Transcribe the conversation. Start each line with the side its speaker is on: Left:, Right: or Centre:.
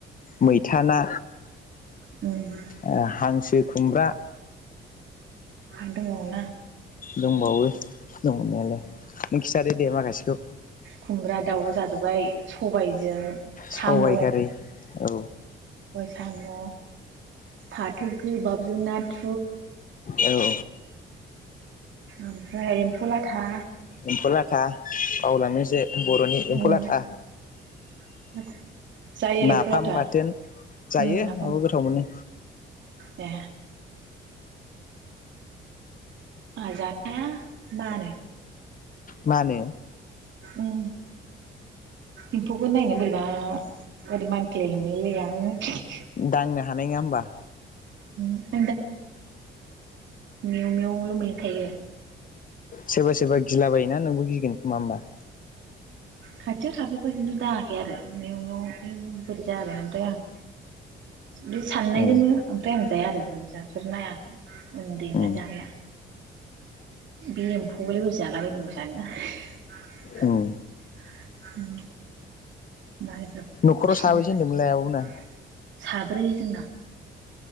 Left: मैथा ना
Right: उम
Left: ओ हांसो खुमब्रा
Right: आरो दंबावना
Left: दंबावो दंनायालाय नों खिथादो दे माखासेखौ
Right: खुमब्रा दाउ जाजोबबाय सबायजों साम'
Left: सबाइ खारि औ
Right: साम' फाथ गोबाब नाथ
Left: औ।
Right: ओमफ्राय एम्फौ ला था।
Left: एम्फौ लाथा। बावलाङो जे बर'नि एम्फौ
Right: उम
Left: लाथा।
Right: <unintelligible> जायो
Left: नाफाम
Right: एम्फौ लाथा।
Left: बाथोन जायो
Right: उम नाफाम
Left: औ गोथाव मोनो।
Right: ए आहा जानो हाया मानो।
Left: मानो।
Right: उम। एम्फौखौ नायनो बोरैबा ओरै मान <unintelligible>
Left: दांनो हानाय नङा होमबा।
Right: उम। मेव मेवल' मोनलोंखायो
Left: सेबा सेबा। गिलाबायोना नोंबो गिगोन खोमा होमबा।
Right: खाथियाव थाफेरबाय खिन्थु दाङाखै आरो। मेव मेव। आयु बोरै <unintelligible> आं। बे साननायजोंनो
Left: ए
Right: ओमफ्राय आं जाया आरो माने जाफेरनायाखै उन्दैनिफ्रायनो
Left: उम
Right: जाखाया बे एम्फौखौलाय बोरै जालाबायनांगौ <unintelligible>
Left: उम
Right: उम। मालायफ्रा
Left: न'खराव साबैसे होनदोंमोनलाय
Right: <unintelligible>
Left: आब'मोना
Right: साब्रै जोंना।